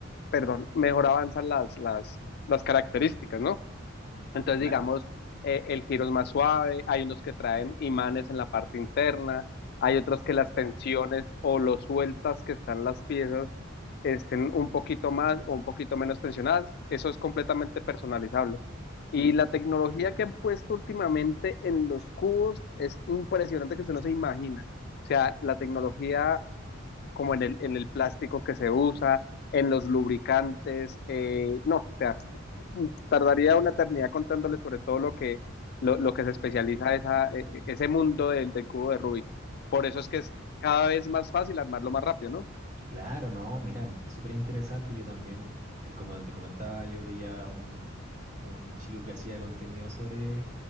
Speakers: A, on the left; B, on the right.
A: perdón, mejor avanzan las, las, las características, ¿no? Entonces,
B: claro.
A: digamos, eh, el giro es más suave, hay unos que traen imanes en la parte interna, hay otros que las tensiones o lo sueltas que están las piezas estén un poquito más o un poquito menos tensionadas. Eso es completamente personalizable. Y la tecnología que han puesto últimamente en los cubos es impresionante que usted no se imagina. O sea, la tecnología como en el, en el plástico que se usa, en los lubricantes, eh, no, o sea, tardaría una eternidad contándole sobre todo lo que, lo, lo que se especializa esa, eh, ese mundo del, del cubo de Rubik. Por eso es que es cada vez más fácil armarlo más rápido, ¿no?
B: Claro, no, mira, que súper interesante. Yo también, eh, como te comentaba, yo veía un, un chico que hacía contenido sobre,